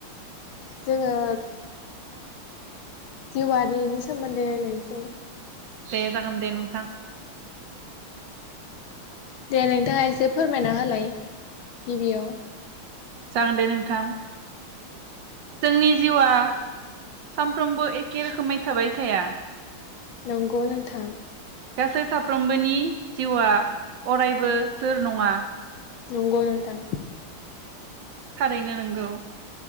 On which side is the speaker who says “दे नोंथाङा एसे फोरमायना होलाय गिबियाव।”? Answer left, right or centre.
Left